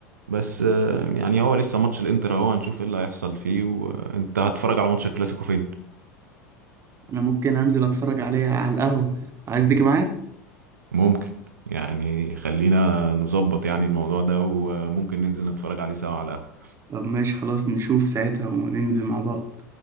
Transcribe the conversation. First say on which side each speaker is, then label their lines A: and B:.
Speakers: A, on the right; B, on the right.
A: بس آه، يعني هو لسه ماتش الانتر اهو هنشوف ايه اللي هيحصل فيه وانت هتتفرج على ماتش الكلاسيكو فين
B: انا ممكن انزل اتفرج عليه على القهوه عايز تيجي معايا
A: ممكن يعني خلينا نظبط يعني الموضوع ده وممكن ننزل نتفرج عليه سوا على القهوة
B: طب ماشي خلاص نشوف ساعتها وننزل مع بعض